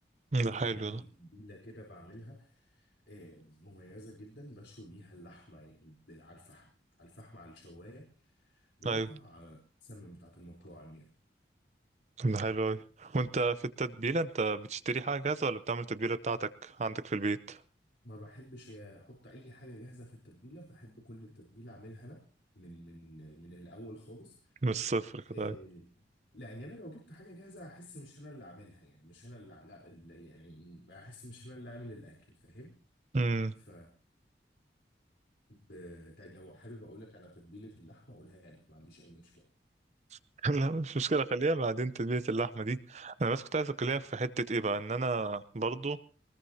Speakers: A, on the right (about 40°); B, on the left (about 80°).
A: ده
B: يعني
A: حلو
B: أنا عندي
A: ده
B: تتبيلة كده بعملها آه، مميزة جدا بشوي بيها اللحمة يعني ب- على الفحم على الفحم على الشواية بتطلع
A: ايوه
B: آه، أحسن من بتاعة المطاعم يعني
A: ده حلو اوي وانت في التتبيله انت بتشتري حاجه جاهزه ولا بتعمل التتبيله بتاعتك عندك في البيت
B: ما بحبش أحط أي حاجة جاهزة في التتبيلة بحب كل التتبيلة أعملها أنا من من آه، من الأول خالص
A: من الصفر كده
B: إيه،
A: أيوة.
B: لان انا لو جبت حاجه جاهزه هحس مش انا اللي عاملها يعني مش انا اللي لا اللي يعني هحس مش انا اللي عامل الاكل فاهم
A: امم
B: فبجيب آه، ده لو حابب اقول لك على تتبيله اللحمه اقولها لك ما عنديش اي مشكله
A: <laughs> لا مش مشكلة خليها بعدين تتبيلة اللحمة دي أنا بس كنت عايز أكلمك في حتة إيه بقى إن أنا برضو